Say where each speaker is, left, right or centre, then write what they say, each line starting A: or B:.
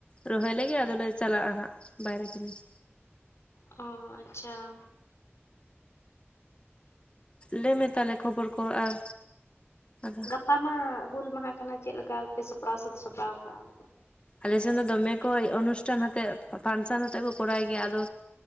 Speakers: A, on the left; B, on the left.
A: ᱨᱚᱦᱚᱭ ᱞᱮᱜᱮ ᱟᱫᱚᱞᱮ ᱪᱟᱞᱟᱜᱼᱟ ᱦᱟᱸᱜ ᱵᱟᱭᱨᱮ ᱠᱟᱹᱢᱤ ᱾
B: ᱦᱚᱸ ᱟᱪᱪᱷᱟ ᱾
A: ᱞᱮᱭ ᱢᱮ ᱛᱟᱦᱞᱮ ᱠᱷᱚᱵᱚᱨ ᱠᱚ ᱟᱨ ᱟᱫᱚ
B: ᱜᱟᱯᱟ ᱢᱟ ᱦᱩᱞ ᱢᱟᱦᱟ ᱠᱟᱱᱟ ᱪᱮᱫ ᱞᱮᱠᱟ ᱯᱮ ᱥᱟᱯᱲᱟᱣ ᱥᱟᱹᱛ ᱥᱟᱯᱲᱟᱣ ᱠᱟᱜᱼᱟ?
A: ᱟᱞᱮᱥᱮᱱ ᱫᱚ ᱫᱚᱢᱮ ᱠᱚ ᱚᱱᱩᱥᱴᱷᱟᱱ ᱟᱛᱮ ᱯᱷᱟᱱᱥᱮᱱ ᱟᱛᱮᱜ ᱠᱚ ᱠᱚᱨᱟᱭ ᱜᱮᱭᱟ ᱟᱫᱚ